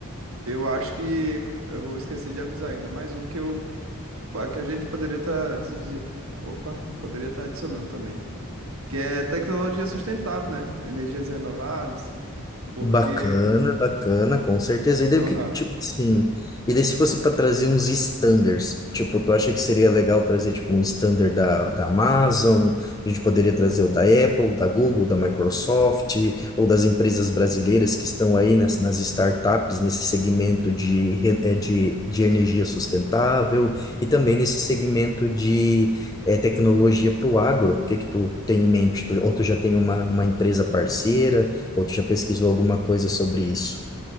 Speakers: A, on the right; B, on the left.
A: Eu acho que eu vou esquecer de avisar ainda mais um que eu que a gente poderia estar opa, poderia estar adicionando também, que é tecnologia sustentável, né? Energias renováveis, porque
B: Bacana, bacana, com certeza. E daí
A: aham.
B: o que, tipo assim, e daí se fosse para trazer uns standards, tipo, tu acha que seria legal trazer tipo um standard da, da Amazon, a gente poderia trazer o da Apple, da Google, da Microsoft, ou das empresas brasileiras que estão aí nas, nas startups, nesse segmento de, re- eh, de, de energia sustentável e também nesse segmento de eh, tecnologia para o agro. O que que tu tem em mente? Tu- ou tu já tem uma, uma empresa parceira? Ou tu já pesquisou alguma coisa sobre isso?